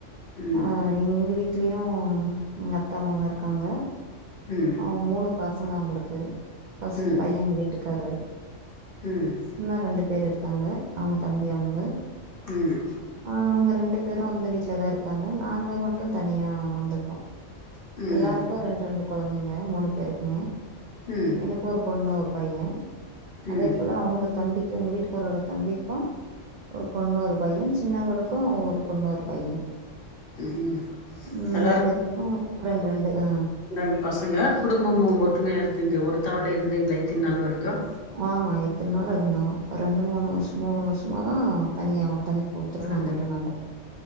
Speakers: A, on the left; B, on the right.
A: ம்
B: ஆ எங்க வீட் ட்லியு எங்க அத்த மாமா இருக்காங்க
A: ம்
B: அவ மூணு பஸ் ங்க அவுங்களுக்கு ஃபஸ்ட்டு
A: ம்
B: பைய எங்க வீட்டுக் க்காரு
A: ம்
B: இன்னு ரெண்டு பேர் இருக் காங்க அவுங்க தம்பி அங்க
A: ம்
B: அவுங்க ரெண்டு பேரு அந்த வீட்லதா இருக்காங்க நாங்க மட்டும் தனியா வந்துட்டோ
A: ம்
B: எல்லாருக்கு ரெண் ரெண்டு கொழந்தைங்க மூணு பேருக்குமே
A: ம்
B: எனக்கு ஒரு பொண்ணு ஒரு பைய அதே
A: ம்
B: போல அவுங்க தம்பிக்கு எங்க வீட்டுக்காரோட தம்பி க்கு ஒரு பொண்ணு ஒரு பையஞ்சு சின்னவருக்கு ஒரு பொண்ணு ஒரு பைய
A: ம்
B: ம் மூனு
A: எல்லாரு
B: பேருக்குமே ரெண் ரெண்டு ஆ
A: ரெண்டு பசங்க குடும்பமும் ஒற்றுமையா இருக்கீங்க ஒருத்தாவ்லே இருந்தீங்க இத்தின் நாள் வரைக்கும்
B: ஆமா எத்தின் நாள் இருந்தோ ரெண்டு மூனு வருஷோ மூனு வருஷ் நம்மதா தனியாவு தனி குடுத்தனம்
A: தின்ன
B: வந்துட்டோம் நாங்க.